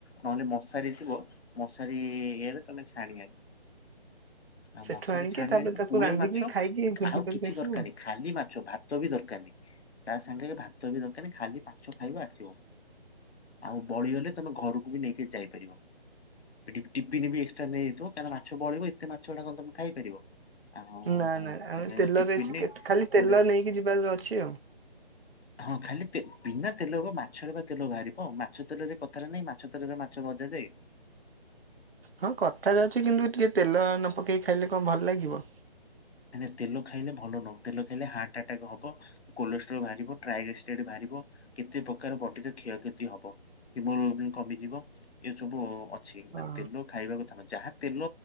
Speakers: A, on the left; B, on the right.
A: ନହନେ ମଶାରୀ ଥିବ, ମଶାରୀ ଇଏରେ ତମେ ଛାଣି ଆଣିବ। ଆଉ
B: ସେଠୁ
A: ମଶାରୀ
B: ଆଣିକି
A: ଛାଣି
B: ତାପରେ
A: ଆଣିବ
B: ତାକୁ
A: ପୁଳେଇ
B: ରାନ୍ଧିକି
A: ମାଛ,
B: ଖାଇକି ଭୋଜି
A: ଆଉ
B: କରିକି
A: କିଛି
B: ଆସିବୁ।
A: ଦରକାର ନାହିଁ ଖାଲି ମାଛ ଭା ଭାତ ବି ଦରକାର ନାହିଁ, ତା ସାଙ୍ଗରେ ଭାତ ବି ଦରକାର ନାହିଁ ଖାଲି ମାଛ ଖାଇବ ଆସିବ। ଆଉ ବଳିଗଲେ ତମେ ଘରକୁ ବି ନେଇକି ଯାଇପାରିବ। ପିଟିପ୍ ଟିପିନି ଏକ୍ସଟ୍ରା ନେଇଯାଇଥିବ କାହିଁନା ମାଛ ବଳିବ ଏତେ ମାଛ ଗୁଡ଼ା ତମେ ଖାଇପାରିବ। ଆଉ
B: ନା ନା, ଆମେ
A: ତମେ
B: ତେଲରେ
A: ଟିଫିନରେ
B: ଚିକେତ୍ ଖାଲି
A: ଗୋଟେ
B: ତେଲ ନେଇକି ଯିବାର ଅଛି ଆଉ।
A: <inaudible> ହଁ ଖାଲି ବିନା ତେଲ୍, ବିନା ତେଲ ହବ ମାଛରେ ପା ତେଲ ବାହାରିବ, ମାଛ ତେଲରେ କଥାରେ ନାହିଁ ମାଛ ତେଲରେ ମାଛ ଭଜାଯାଏ।
B: ହଁ କଥାରେ ଅଛି କିନ୍ତୁ ଟିକେ ତେଲ ନ ପକେଇକି ଖାଇଲେ କଣ ଭଲ ଲାଗିବ।
A: କାଇଁନା ତେଲ ଖାଇଲେ ଭଲ ନୁହଁ, ତେଲ ଖାଇଲେ ହାର୍ଟଟାକ ହବ। କୋଲେଷ୍ଟ୍ରୋଲ୍ ବାହାରିବ, ଟ୍ରାଇ ରେସିଡେଡ଼ ବାହାରିବ କେତେ ପ୍ରକାର ବଡିର କ୍ଷୟକ୍ଷତି ହବ। ହିମୋଗ୍ଲୋବିନ୍ କମିଯିବ ଏସବୁ ଅ ଅଛି,
B: ହଁ
A: ମାନେ ତେଲ ଖାଇବା କଥା ନୁହେଁ, ଯାହା ତେଲ